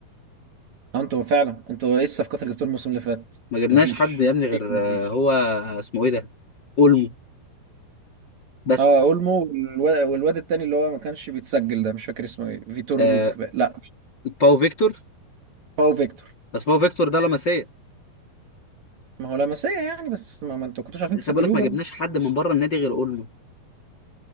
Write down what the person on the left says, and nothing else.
ما جبناش
حد يا ابني
غير
آه، هو آه، اسمه ايه ده اولمو بس
آه
باو فيكتور
بس باو فيكتور ده لمسيه
لسه
بقول لك ما
جبناش حد من بره النادي غير اولمو